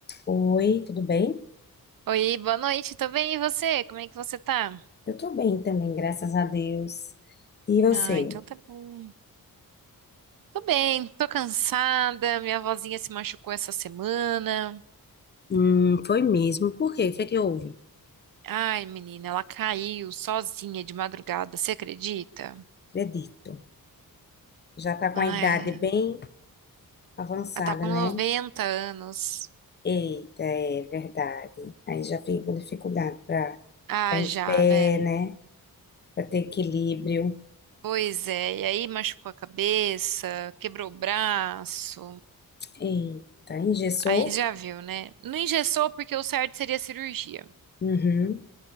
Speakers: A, on the left (about 30°); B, on the right (about 65°).
A: Oi, tudo bem?
B: Oi, boa noite, tô bem, e você? Como é que você tá?
A: Eu tô bem também, graças a Deus. E você?
B: Ah, então tá bom. Tô bem, tô cansada, minha vozinha se machucou essa semana.
A: Hum, foi mesmo. Por quê? O que é que houve?
B: Ai, menina, ela caiu sozinha de madrugada, você acredita?
A: Acredito. Já tá com
B: Ah,
A: a idade
B: é.
A: bem avançada,
B: ela tá com
A: né?
B: 90 anos.
A: Eita, é verdade. Aí já fico com dificuldade para
B: Ah,
A: ficar em
B: já,
A: pé,
B: né?
A: né? Para ter equilíbrio.
B: Pois é, e aí machucou a cabeça, quebrou o braço.
A: Eita, engessou?
B: Aí já viu, né? Não engessou porque o certo seria cirurgia.
A: Uhum,